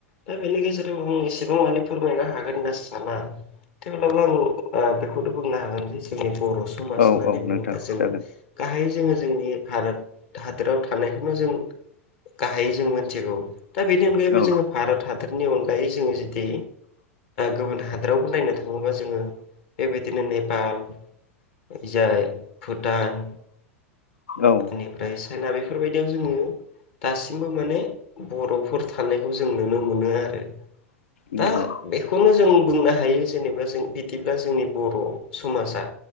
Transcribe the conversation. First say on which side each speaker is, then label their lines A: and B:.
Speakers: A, on the left; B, on the left.
A: दा बेनि गेजेराव आं एसेबां मानि फोरमायनो हागोन होनना साना थेवब्लाबो आं बेखौनो बुंनो हागोन जे जोंनि बर' समाज
B: औ
A: होननानै
B: औ
A: बुङोबा
B: नोंथां
A: जोङो
B: जागोन
A: गाहायै जोङो जोंनि भारत हादोराव थानायखौनो जों गाहायै जों मोनथिगौ दा बेनि अनगायैबो
B: औ
A: जोङो भारत हादरनि अनगायै जोङो जुदि गुबुन हादोरावबो नायनो थाङोबा जोङो बेबायदिनो नेपाल जाय भुटान
B: औ
A: बेनिफ्राय जोंना बेफोरबायदियाव जोङो दासिमबो माने बर'फोर थानायखौ जों नुनो मोनो आरो
B: नंगौ
A: दा बेखौनो जों बुंनो हायो जेनेबा जों बिदिब्ला जोंनि बर' समाजा